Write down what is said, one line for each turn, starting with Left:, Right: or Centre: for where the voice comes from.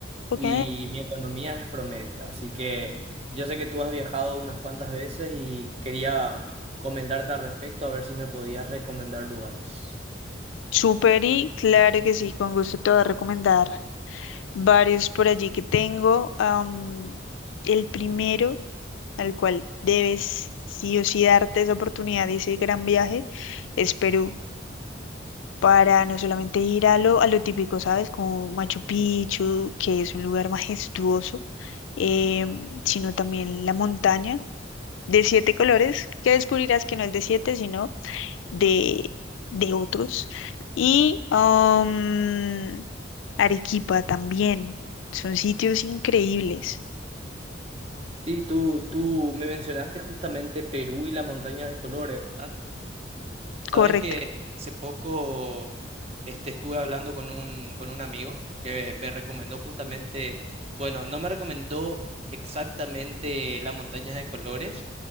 Left: Ok.
Right: y mi economía es promedio. Así que yo sé que tú has viajado unas cuantas veces y quería comentarte al respecto a ver si me podías recomendar lugares.
Left: Súper y claro que sí, con gusto te voy a recomendar varios por allí que tengo. Am, el primero, al cual debes sí o sí darte esa oportunidad y ese gran viaje, es Perú. Para no solamente ir a lo, a lo típico, ¿sabes? Como Machu Picchu, que es un lugar majestuoso, em, sino también la montaña. de siete colores, que descubrirás que no es de siete, sino de, de otros. Y am, Arequipa también. Son sitios increíbles.
Right: Sí, tú, tú me mencionaste justamente Perú y las montañas de colores. ¿verdad? Sabes
Left: Correcto.
Right: que hace poco este, estuve hablando con un, con un amigo que me recomendó justamente, bueno, no me recomendó exactamente las montañas de colores,